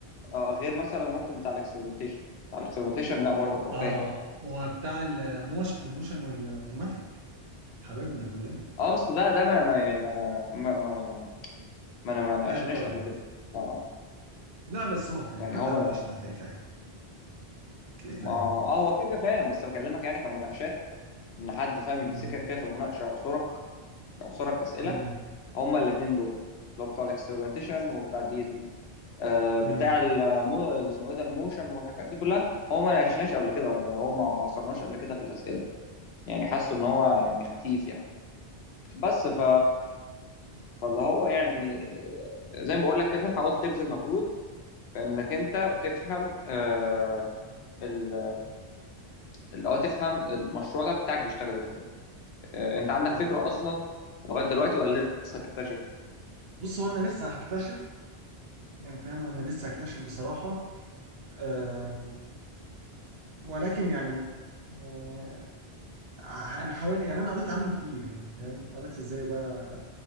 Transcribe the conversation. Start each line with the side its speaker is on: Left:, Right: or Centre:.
Left: آه، غير مثلا ممكن بتاع الاكسبerimentation بتاع الاكسبerimentation لا برضك اه
Right: اه
Left: فاهم
Right: وبتاع الموش الموشن والاوتوماتيك حبيبنا كلنا
Left: اه بس ده ده ما ما- يعني ما انا ما ما- يعني ما انا ما ناقشناش
Right: لا يقارن
Left: قبل كده آه،
Right: لا بس هو فاهم
Left: يعني
Right: حتى
Left: هو
Right: لو
Left: ما
Right: ناقشنا هتلاقيه فاهم هتلاقيه فاهم
Left: ما اه هو كده كده فاهم بس بكلمك يعني كمناقشات ان حد فاهم يمسكك
Right: مم.
Left: كده في المناقشه يعصرك يعصرك اسئله
Right: مم.
Left: هما الاثنين دول اللي هو بتاع الاكسبيرمنتيشن وبتاع الدي اس بي آه بتاع
Right: مم.
Left: المو... اللي اسمه ايه ده الموشن والحاجات دي كلها هو ما ناقشناش قبل كده يعني هو ما ما عصرناش قبل كده في الاسئله يعني حاسه ان هو يعني خفيف يعني بس ف فاللي هو يعني آه، زي ما بقول لك كده حاول تبذل مجهود في انك انت تفهم آه ال... اللي هو تفهم المشروع ده بتاعك بيشتغل ازاي آه انت عندك
Right: يعني
Left: فكره اصلا لغايه دلوقتي ولا لسه تكتشف
Right: بص هو انا لسه هكتشف يعني فاهم انا لسه هكتشف بصراحة أه ولكن يعني يعني ه- انا حاول يعني انا قريت عنه كتير يعني فاهم قريت ازاي بقى